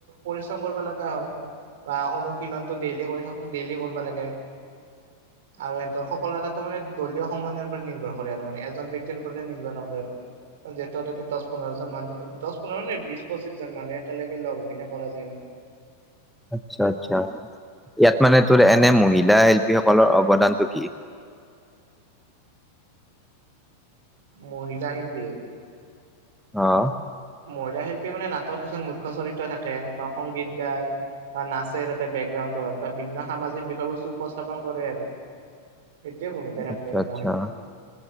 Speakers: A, on the right; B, in the centre.
A: পৰিশ্ৰম কৰিব লাগা হয়। বা অনুশীলনটো ডেইলি কৰি থাকো ডেইলি কৰিব লাগে।
B: <inaudible>
A: আৰু সিহঁত সফলতাটো মানে দলীয় সমন্বয়ৰ ওপৰত নিভৰ কৰে আৰু মানে, এজন ব্যক্তিৰ ওপৰতে নিৰ্ভৰ নকৰে ত'। যিহেতু তাতে দচ, পোন্ধৰ জন মানুহ দহ পোন্ধৰ <unintelligible> বিশ পঁচিশজন মানুহ, একেলগে লগ হৈ কেনে কৰা যায় ন'।
B: আচ্ছা আচ্ছা। ইয়াত মানে তোৰ এনে মহিলা শিল্পীসকলৰ অৱদানটো কি?
A: মহিলা শিল্পী?
B: অ'।
A: মহিলা শিল্পী মানে, নাটত কিছুমান মুখ্য চৰিত্ৰ থাকে বা সংগীত গায়। বা নাচে তাতে বেকগ্ৰাউণ্ডত, বা বিভিন্ন সামাজিক বিষয় বস্তু উপস্থাপন কৰে আৰু। সেইটোৱে ভূমিকা থাকে
B: আচ্ছা,
A: আৰু
B: আচ্ছা।
A: মহিলা।